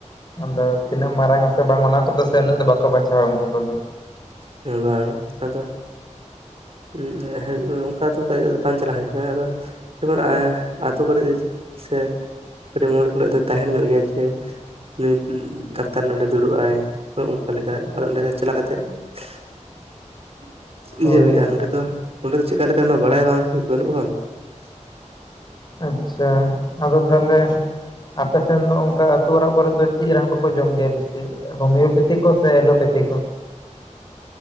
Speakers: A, on the left (about 35°); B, on the right (about 50°).
A: ᱟᱢ ᱫᱚ ᱛᱤᱱᱟᱹᱜ ᱮᱢ ᱢᱟᱨᱟᱝ ᱟᱥᱮ ᱵᱟᱝ ᱚᱱᱟ ᱠᱚ ᱫᱚ ᱥᱮ ᱩᱱᱟᱹᱜ ᱫᱚ ᱵᱟᱠᱚ ᱵᱟᱪᱷᱟᱣᱟ ᱩᱱᱠᱩ ᱫᱚ᱾
B: ᱦᱳᱭ ᱟᱫᱚ᱾ ᱩᱸ ᱮᱸᱜ ᱚᱱᱠᱟ ᱛᱚ ᱛᱟ ᱵᱟᱝ ᱪᱟᱞᱟ ᱦᱩᱭ ᱠᱟᱱᱟ ᱟᱫᱚ ᱡᱮᱢᱚᱱ ᱮᱸ ᱟᱛᱳ ᱠᱚᱨᱮᱜ ᱥᱮ <unintelligible> ᱠᱚᱨᱮᱜ ᱫᱚ ᱛᱟᱦᱮᱱ ᱧᱚᱜ ᱜᱮᱭᱟ ᱡᱮ <unintelligible> ᱰᱟᱠᱛᱟᱨ ᱱᱚᱸᱰᱮ ᱫᱩᱲᱩᱵ ᱟᱭ ᱦᱳᱭ ᱚᱱᱠᱟ ᱞᱮᱠᱟ ᱟᱫᱚ ᱚᱸᱰᱮ ᱫᱚ ᱪᱟᱞᱟ ᱠᱟᱛᱮᱜ᱾ ᱡᱮ <unintelligible>
A: ᱦᱳᱭ
B: ᱱᱚᱸᱰᱮ ᱫᱚ ᱱᱚᱸᱰᱮ ᱫᱚ ᱪᱮᱠᱟ ᱞᱮᱠᱟᱱ ᱫᱚ ᱵᱟᱲᱟᱭ ᱵᱟᱝ ᱵᱟᱹᱱᱩᱜ-ᱟ ᱵᱟᱝ?
A: ᱟᱪ-ᱪᱷᱟ ᱟᱫᱚ ᱛᱟᱦᱞᱮ ᱟᱯᱮ ᱥᱮᱱ ᱫᱚ ᱚᱱᱠᱟ ᱟᱹᱛᱩ ᱚᱲᱟᱜ ᱠᱚᱨᱮᱜ ᱫᱚ ᱪᱮᱜ ᱨᱟᱱ ᱠᱚᱠᱚ ᱡᱚᱢ ᱜᱮᱭᱟ ᱵᱮᱥᱤ? ᱦᱳᱢᱤᱭᱳᱯᱮᱛᱷᱤ ᱠᱚ ᱥᱮ ᱮᱞᱳᱯᱮᱛᱷᱤ ᱠᱚ?